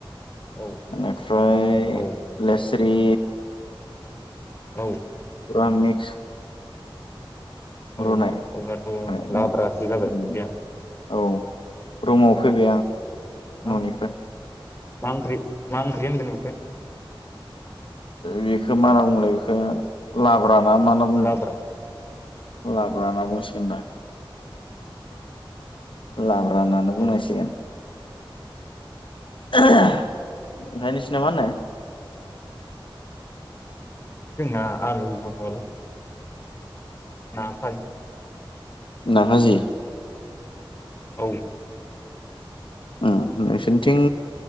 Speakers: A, on the left (about 25°); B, on the left (about 65°).
A: औ
B: बेनिफ्राय
A: औ
B: लेस रि
A: औ
B: फुरा मिक्स
A: औ
B: रुनाय
A: अब्लाथ'
B: <unintelligible>
A: लाब्रासो जाबाय ओंख्रिया
B: औ रुमाव फैबाय आं।
A: <unintelligible>
B: न'निफ्राय
A: औ मा ओंख्रि मा ओंख्रि <unintelligible>
B: बेखौ मा होनना बुंलाय बेखौ लाब्रा बा मा होनना बुङो
A: लाब्रा
B: लाब्रा होनना बुंसिगोन
A: औ
B: दा ला ब्रा होननानै बुंनांसिगोन
A: औ
B: ओमफ्राय नोंसिना मा होनो
A: जोंना आलु जहल ना <unintelligible>
B: ना हाजि।
A: औ।
B: उम नोंसोरनिथिं